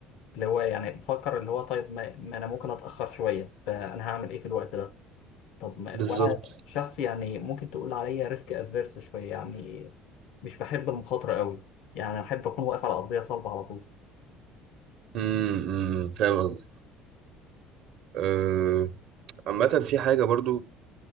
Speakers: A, on the left; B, on the right.
A: هو يعني بفكر اللي هو طيب ما, ما انا ممكن اتاخر شويه فانا هعمل ايه في الوقت ده طب ما
B: بالظبط
A: وانا شخص يعني ممكن تقول عليا ريسك افيرس شويه يعني مش بحب المخاطره قوي يعني انا بحب اكون واقف على ارضيه صلبه على طول
B: امم أمم، فاهم قصدي أه، عامة في حاجة برضو